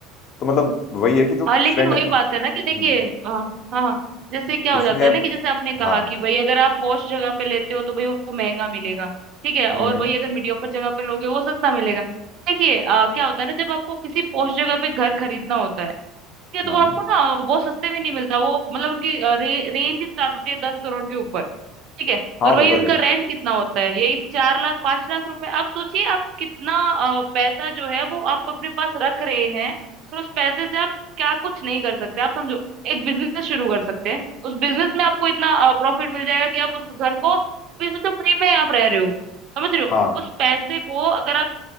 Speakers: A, on the left (about 50°); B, on the right (about 55°).
A: तो मतलब वही है कि जो मेरा
B: और लेकिन
A: फ्रेंड
B: वही
A: है ना
B: बात है ना कि देखिए
A: हम्म,
B: अ, हाँ हाँ जैसे क्या हो
A: उसने
B: जाता है ना कि जैसे आपने कहा
A: हाँ
B: कि भाई अगर आप पॉश जगह पे लेते हो तो भाई वो महंगा मिलेगा ठीक है और
A: हम्म, हम्म,
B: वही अगर मीडियोकर जगह पे लोगे वो सस्ता मिलेगा देखिए अ, क्या होता है ना जब आपको किसी पॉश जगह पे घर खरीदना होता है ठीक है तो
A: हाँ
B: वो आपको ना बहुत सस्ते में नहीं मिलता वो मतलब उनकी अ, रे, रेंज स्टार्ट होती है दस करोड़ के ऊपर ठीक है
A: हाँ
B: और
A: वो
B: वही
A: तो
B: उनका
A: है ही
B: रेंट कितना होता है यही चार लाख पांच लाख रुपए आप सोचिए आप कितना अ, पैसा जो है वो आप अपने पास रख रहे हैं और उस पैसे से आप क्या कुछ नहीं कर सकते आप समझो एक बिजनेस शुरू कर सकते हैं उस बिजनेस में आपको इतना प्रॉफिट मिल जाएगा कि आप उस घर को भी सोचो फ्री में आप रह रहे हो समझ रहे हो
A: हाँ
B: उस पैसे को अगर आप